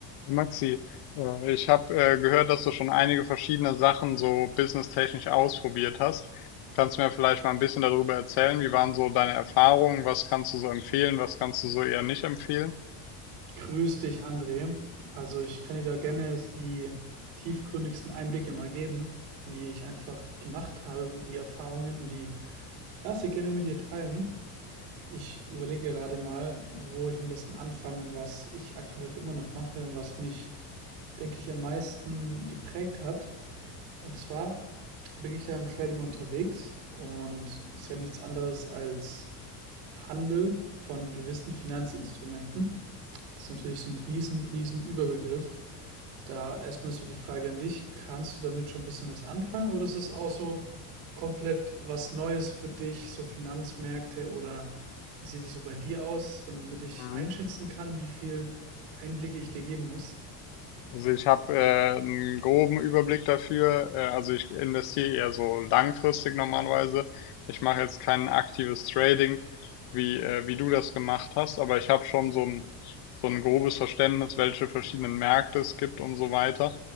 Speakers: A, on the left; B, on the right.
A: Maxi, äh, ich habe äh, gehört, dass du schon einige verschiedene Sachen so businesstechnisch ausprobiert hast. Kannst du mir vielleicht mal ein bisschen darüber erzählen? Wie waren so deine Erfahrungen? Was kannst du so empfehlen? Was kannst du so eher nicht empfehlen?
B: Grüß dich, André. Also ich kann dir da gerne die tiefgründigsten Einblicke mal geben, die ich einfach gemacht habe, die Erfahrungen und die, ja, sehr gerne mit dir teilen. Ich überlege gerade mal, wo ich am besten anfange und was ich aktuell halt immer noch mache und was mich, denke ich, am meisten geprägt hat. Und zwar bin ich ja im Trading unterwegs und ist ja nichts anderes als Handel von gewissen Finanzinstrumenten. Das ist natürlich so ein riesen, riesen Überbegriff. Da erstmal so die Frage an dich, kannst du damit schon ein bisschen was anfangen oder ist es auch so komplett was Neues für dich, so Finanzmärkte oder wie sieht es so bei dir aus, damit ich
A: Mhm.
B: einschätzen kann, wie viel Einblicke ich dir geben muss?
A: Also ich habe äh, einen groben Überblick dafür. Äh, also ich investiere eher so langfristig normalerweise. Ich mache jetzt kein aktives Trading, wie, äh, wie du das gemacht hast, aber ich habe schon so ein, so ein grobes Verständnis, welche verschiedenen Märkte es gibt und so weiter.